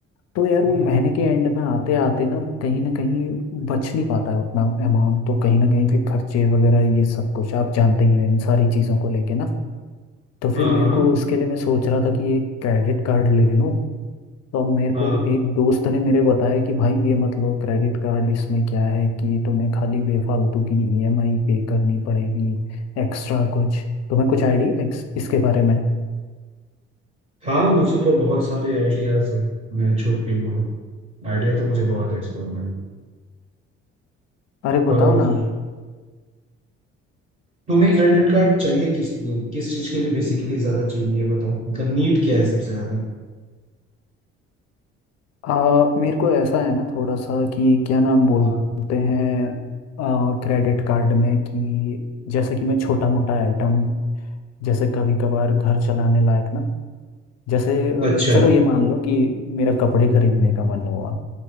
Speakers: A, on the left; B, on the right.
A: तो यार
B: हम्म,
A: वो महीने के एंड में आते आते ना कहीं ना कहीं बच नहीं पाता है उतना अमाउंट तो कहीं ना कहीं फिर खर्चे वगैरह ये सब कुछ आप जानते ही हो इन सारी चीज़ों को लेके ना तो
B: हाँ
A: फिर मेरे
B: हाँ
A: को उसके लिए मैं सोच रहा था कि एक क्रेडिट कार्ड ले लूँ तो अब मेरे
B: हाँ
A: को एक दोस्त ने मेरे बताया कि भाई ये मत लो क्रेडिट कार्ड इसमें क्या है कि तुम्हें खाली बेफालतू की ईएमआई पे करनी पड़ेगी एक्स्ट्रा कुछ तुम्हें कुछ आइडिया है इस- इसके बारे में
B: हाँ मुझे तो बहुत सारे आइडियाज हैं मैं झूठ के बोलूं आइडिया तो मुझे बहुत है इसके बारे में
A: अरे
B: पर
A: बताओ ना
B: तुम्हें क्रेडिट कार्ड चाहिए किस लिए किस चीज के लिए बेसिकली ज्यादा चाहिए ये बताओ मतलब नीड क्या है सबसे ज्यादा
A: आ, मेरे को ऐसा है ना थोड़ा सा कि क्या नाम बोलते
B: हाँ
A: हैं आ, क्रेडिट कार्ड में कि जैसे कि मैं छोटा मोटा आइटम जैसे कभी कभार घर चलाने लायक ना जैसे
B: अच्छा
A: चलो ये मान लो कि मेरा कपड़े खरीदने का मन हुआ